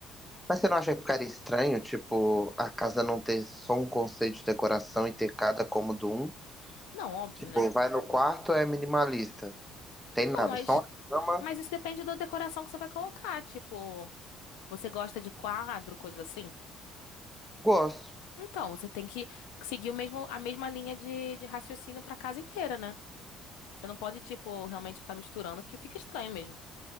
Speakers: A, in the centre; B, on the left.
A: Mas você não acha que ficaria estranho, tipo, a casa não ter só um conceito de decoração e ter cada cômodo um?
B: Não, óbvio,
A: Tipo,
B: né?
A: vai no quarto, é minimalista. Tem nada,
B: Não, mas
A: só uma cama.
B: mas isso depende da decoração que você vai colocar, tipo, você gosta de quadro, coisas assim?
A: Gosto.
B: Então, você tem que seguir o mesmo, a mesma linha de, de raciocínio pra casa inteira, né? Você não pode, tipo, realmente ficar misturando, que fica estranho mesmo.